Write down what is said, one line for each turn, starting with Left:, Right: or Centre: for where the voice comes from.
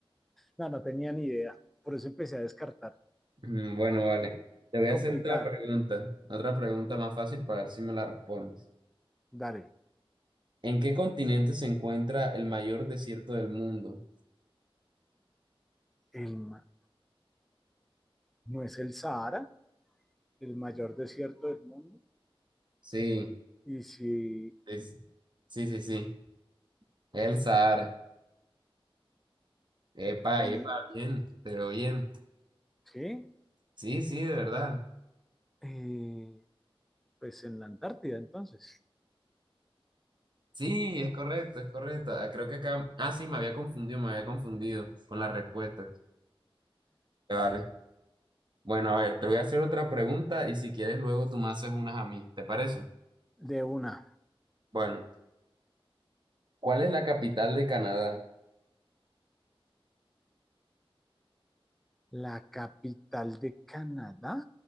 Centre: No, no tenía ni idea. Por eso empecé a descartar.
Right: Mm, Bueno, vale. Te voy a hacer
Centre: Complicada.
Right: otra pregunta, otra pregunta más fácil para ver si me la respondes.
Centre: Dale,
Right: ¿En qué continente se encuentra el mayor desierto del mundo?
Centre: el, ma- no es el Sahara, el mayor desierto del mundo.
Right: Sí,
Centre: Y si,
Right: es- sí, sí, sí. El Sahara. Epa,
Centre: en,
Right: epa, bien, pero bien.
Centre: sí,
Right: Sí, sí, de verdad.
Centre: eh, pues en la Antártida, entonces.
Right: Sí, es correcto, es correcto. Ah, Creo que acá... Ah, sí, me había confundido, me había confundido con la respuesta. Vale. Bueno, a ver, te voy a hacer otra pregunta y si quieres luego tú me haces unas a mí, ¿te parece?
Centre: De una,
Right: Bueno, ¿cuál es la capital de Canadá?
Centre: la capital de Canadá.